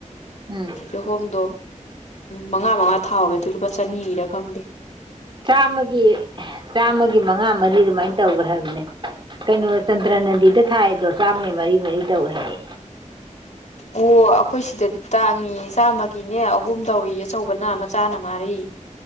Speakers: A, on the right; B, on the left.
A: ꯎꯝ
B: ꯀꯤꯍꯣꯝꯗꯣ ꯃꯉꯥ ꯃꯉꯥ ꯊꯥꯍꯧꯋꯦ ꯑꯗꯨ ꯂꯨꯄꯥ ꯆꯅꯤꯒꯤꯔ ꯈꯪꯗꯦ
A: ꯆꯥꯝꯃꯒꯤ ꯆꯥꯝꯃꯒꯤ ꯃꯉꯥ ꯃꯔꯤ ꯑꯗꯨꯃꯥꯏꯅ ꯇꯧꯋꯦ ꯍꯥꯏꯕꯅꯦ ꯀꯩꯅꯣ ꯆꯥꯟꯇ꯭ꯔ ꯅꯟꯗꯤꯗ ꯊꯥꯏꯗꯣ ꯆꯥꯝꯃ ꯃꯔꯤ ꯃꯔꯤ ꯇꯧꯋꯦ ꯍꯥꯏꯌꯦ
B: ꯑꯣ ꯑꯩꯈꯣꯏ ꯁꯤꯗ ꯇꯥꯡꯏꯤ ꯆꯥꯝꯃꯒꯤꯅꯦ ꯑꯍꯨꯝ ꯇꯧꯏ ꯑꯆꯧꯕꯅ ꯃꯆꯥꯅ ꯃꯥꯔꯤ